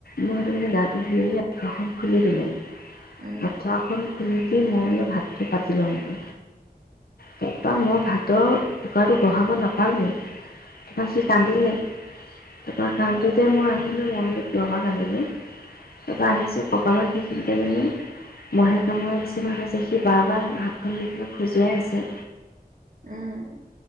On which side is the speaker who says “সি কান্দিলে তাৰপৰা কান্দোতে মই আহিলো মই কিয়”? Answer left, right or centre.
Left